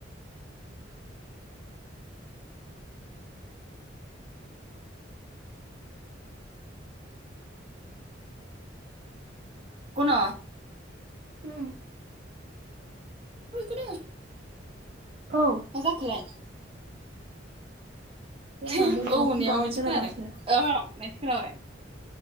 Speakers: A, on the right; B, on the right.
A: गन'
B: होम
A: ओय गन'
B: औ
A: मा जाखोलाय?
B: बे आंना
A: औ
B: बे माबाखौ
A: होननाया
B: बानायगोराबासो
A: माबायदि खोनादों अ होननायसो खोनाबाय।